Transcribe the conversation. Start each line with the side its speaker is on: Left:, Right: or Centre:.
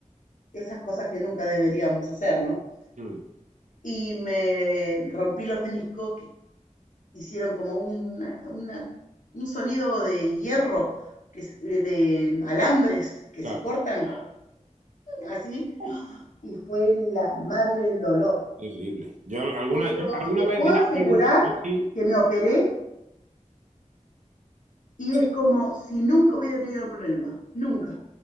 Left: esas cosas que nunca deberíamos hacer, ¿no?
Right: mm,
Left: Y me rompí los meniscos que hicieron como una, una, un sonido de hierro, que, de alambres que
Right: claro.
Left: se cortan así,
Right: uh,
Left: y fue la madre del dolor.
Right: Terrible. Yo al- alguna,
Left: Pero
Right: yo alguna
Left: te
Right: vez
Left: puedo
Right: he tenido
Left: asegurar
Right: algún sí,
Left: que me operé y
Right: sí.
Left: es como si nunca hubiera tenido un problema, nunca.